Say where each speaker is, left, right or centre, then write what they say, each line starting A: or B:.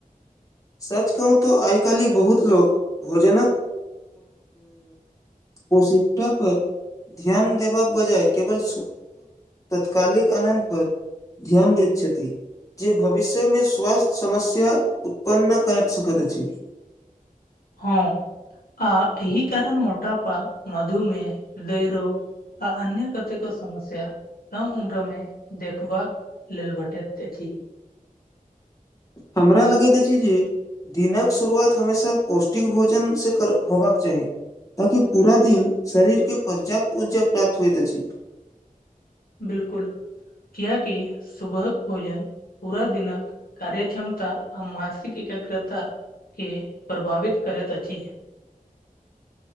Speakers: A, on the left (about 20°); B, on the left (about 85°).
A: सच कहू तऽ आइ काल्हि बहुत लोक भोजनक प्रशिकष्टा पर ध्यान देबाक बजाय केवल तत्कालिक आनंद पर। ध्यान दैत छथि, भविष्यमे स्वास्थ्य समस्या। उत्पन्न नहि करऽ सकैत छी।
B: हँ, आ एहि कारण मोटापा, मधुमेह आदि। आ अन्य कतेक समस्या। कम उम्रमे देखबाक लेल भेटैत अछि।
A: करऽ लगैतऽ चीज। दिनक शुरुआत हमेशा पौष्टिक भोजनसँ होयबाक चाही। ताकि पूरा दिन शरीरके पर्याप्त ऊर्जा प्राप्त होइत अछि।
B: बिलकुल, किएक कि सुबहक भोजन पूरा दिनक कार्य क्षमता आ मानसिक एकाग्रताके प्रभावित करैत अछि। <inaudible>